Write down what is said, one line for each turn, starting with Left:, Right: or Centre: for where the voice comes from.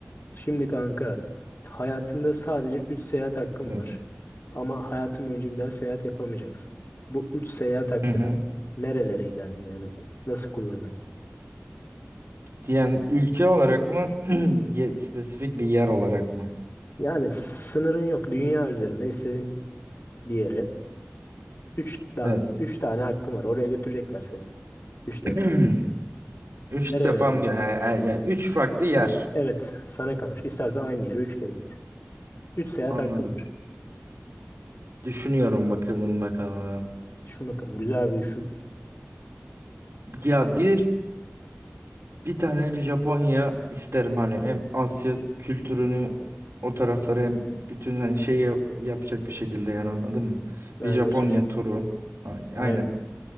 Left: Şimdi kanka hayatında sadece 3 seyahat hakkın
Right: Evet.
Left: var. Ama hayatın boyunca bir daha seyahat yapamayacaksın. Bu 3 seyahat hakkını
Right: Hı hı.
Left: nerelere giderdin yani? Nasıl kullanırdın?
Right: Yani ülke olarak mı? <clears throat> Ye- Spesifik bir yer olarak mı?
Left: Yani sınırın yok. Dünya üzerinde istediğin bir yere Üç tane,
Right: Evet.
Left: üç tane hakkım var. Oraya götürecekler seni. Üç defa.
Right: <clears throat> Üç
Left: Nerelere
Right: defam.
Left: gittin?
Right: He, he, yani üç farklı yer.
Left: Evet, sana kalmış. İstersen aynı yere üç kere git. Üç seyahat
Right: Anladım.
Left: hakkım var.
Right: Düşünüyorum bakalım bakalım.
Left: Düşün bakalım. Güzel bir düşün.
Right: Ya bir Bir tane bir Japonya isterim hani hem Asya kültürünü o taraflara hem bütün hani şeyi yapacak bir şekilde yani anladın mı?
Left: Ha,
Right: Bir Japonya
Left: yaşayacak.
Right: turu. A-
Left: Aynen.
Right: Aynen.